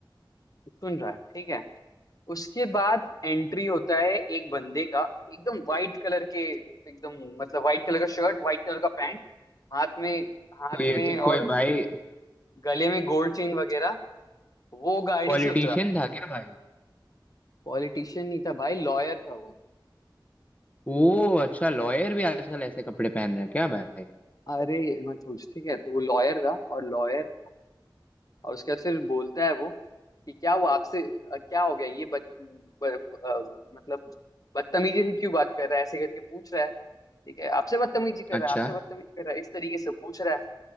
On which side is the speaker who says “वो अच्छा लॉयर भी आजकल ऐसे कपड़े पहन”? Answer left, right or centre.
Left